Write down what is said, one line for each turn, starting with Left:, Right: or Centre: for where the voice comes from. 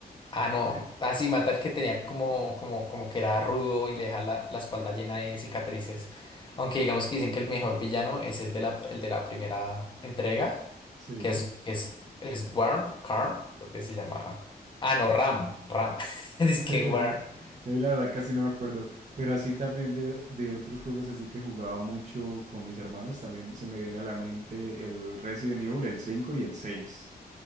Left: Ah, no, así mata el que tenía como, como, como que era rudo y le deja la, la espalda llena de cicatrices. Aunque digamos que dicen que el mejor villano es el de la, el de la primera entrega,
Right: Sí.
Left: que es, es, es Worm, Karn, creo que se llama. Ah, no, Ram, Ram. <laughs> Es
Right: <laughs>
Left: que Worm.
Right: Yo la verdad casi no me acuerdo, pero así también de, de otros juegos así que jugaba mucho con mis hermanos, también se me viene a la mente el Resident Evil, el 5 y el 6